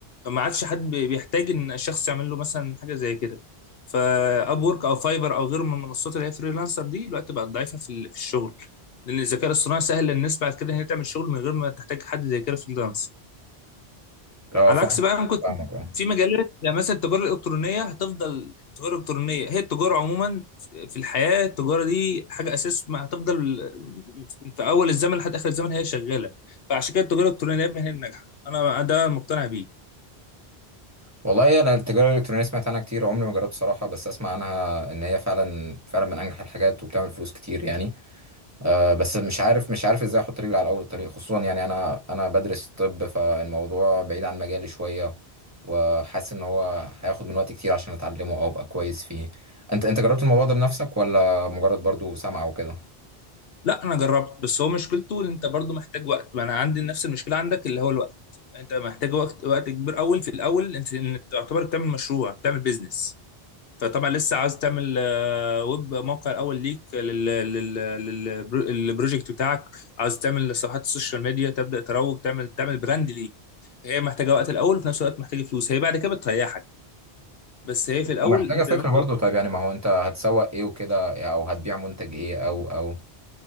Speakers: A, on the left; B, on the right.
A: ما عادش حد بي- بيحتاج ان الشخص يعمل له مثلا حاجه زي كده فاب وورك او فايفر او غيره من المنصات اللي هي فريلانسر دي دلوقتي بقت ضعيفه في ال- في الشغل لان الذكاء الاصطناعي سهل للناس بعد كده ان هي تعمل شغل من غير ما تحتاج حد زي كده فريلانس
B: اه
A: على
B: فاهم
A: عكس بقى ممكن
B: فاهمك اه
A: في مجالات يعني مثلا التجاره الالكترونيه هتفضل التجاره الالكترونيه هي التجاره عموما في في الحياه التجاره دي حاجه اساس ما هتفضل في اول الزمن لحد اخر الزمن هي شغاله فعشان كده التجاره الالكترونيه دايما هي الناجحه انا ده مقتنع بيه
B: والله انا التجاره الالكترونيه سمعت عنها كتير عمري ما جربت صراحه بس اسمع عنها ان هي فعلا فعلا من انجح الحاجات وبتعمل فلوس كتير يعني آه، بس مش عارف مش عارف ازاي احط رجلي على اول الطريق خصوصا يعني انا انا بدرس الطب فالموضوع بعيد عن مجالي شويه وحاسس ان هو هياخد من وقت كتير عشان اتعلمه او ابقى كويس فيه انت انت جربت الموضوع ده بنفسك ولا مجرد برضو سمع وكده
A: لا انا جربت بس هو مشكلته ان انت برضو محتاج وقت ما انا عندي نفس المشكله عندك اللي هو الوقت انت محتاج وقت وقت كبير اول في الاول انت إنت تعتبر بتعمل مشروع بتعمل بيزنس فطبعا لسه عاوز تعمل آه، ويب موقع الاول ليك لل- لل- لل- للبروجكت بتاعك عاوز تعمل صفحات السوشيال ميديا تبدا تروج تعمل تعمل براند ليك هي محتاجه وقت الاول وفي نفس الوقت محتاجه فلوس هي بعد كده بتريحك بس هي في الاول
B: ومحتاجه
A: انت
B: فكره
A: زي ما انت
B: برضو طيب يعني ما هو انت هتسوق ايه وكده او هتبيع منتج ايه او او